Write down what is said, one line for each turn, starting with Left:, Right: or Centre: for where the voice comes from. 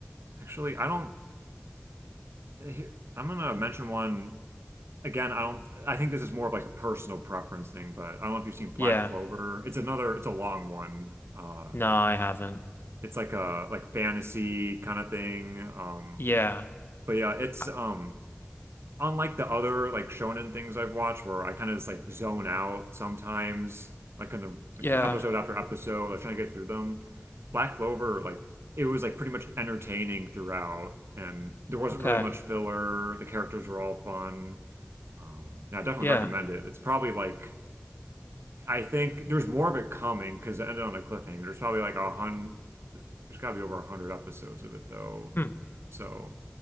Right: Actually, I don't. <sighs> I'm gonna mention one. again, I don't, I think this is more of like a personal preference thing, but I don't know if you've seen Black
Left: Yeah,
Right: Clover. It's another, it's a long one. Uh,
Left: no, I haven't.
Right: it's like a like fantasy kind of thing. Um,
Left: Yeah,
Right: but yeah, it's
Left: I-
Right: um unlike the other like shonen things I've watched where I kind of just like zone out sometimes, like in the
Left: yeah,
Right: like episode after episode, like trying to get through them. Black Clover, like it was like pretty much entertaining throughout, and there wasn't
Left: okay,
Right: really much filler. The characters were all fun. Um, yeah, I definitely
Left: yeah.
Right: recommend it. It's probably like I think there's more of it coming because it ended on a cliffhanger. There's probably like a hundred. There's got to be over a hundred episodes of it though.
Left: Hmm.
Right: So